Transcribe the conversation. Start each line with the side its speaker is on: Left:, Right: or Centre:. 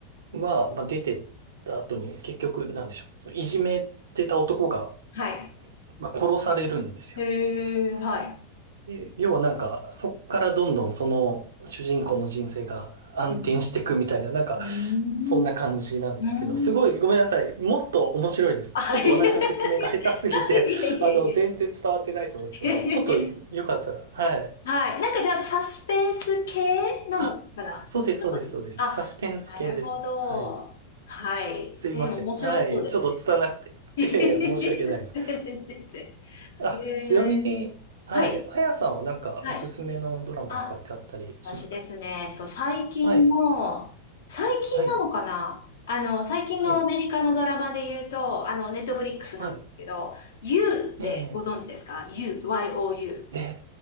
Right: は、まあ、出てった後に結局なんでしょう。そのいじめてた男が、
Left: はい。
Right: まあ、殺されるんですよ。
Left: へえ、は
Right: で要はなんか、そっからどんどんその主人公の人生が暗転していくみたいな、
Left: い。うん、
Right: なんか、
Left: うーん、
Right: そんな感じなんですけど、
Left: うーん。
Right: すごいごめんなさい。もっと面白いです。
Left: はい。
Right: ちょっと私の説明が下手すぎて、
Left: いえいえいえいえ
Right: <laughs> あの、全然伝わってないと思うんですけど、
Left: いえいえ
Right: ちょっとよかったら、はい。
Left: はい。なんかじゃあ、サスペンス系なのかな
Right: あ、そうです、そうです、そうです。
Left: あ、
Right: サスペンス系です。
Left: なるほど。
Right: はい。
Left: はい。
Right: すいません。
Left: えー、面白そうですね。
Right: はい。ちょっと拙なくて。
Left: <laughs> 全然、
Right: いやいや、申し訳ないです。
Left: 全然。
Right: あ、
Left: えー、
Right: ちなみに、はい。
Left: はい。
Right: あやさんはなんかおすすめのドラマとかってあったりしますか
Left: はい。あ、私ですね、えっと、最近の、
Right: はい。
Left: 最近なのかなあの、
Right: はい。
Left: 最近のアメリカのドラマで言うと、
Right: はい。
Left: あの、ネットフリックスなんですけど、
Right: はい。
Left: You ってご存知ですか
Right: え
Left: ?You、Y-O-U。
Right: え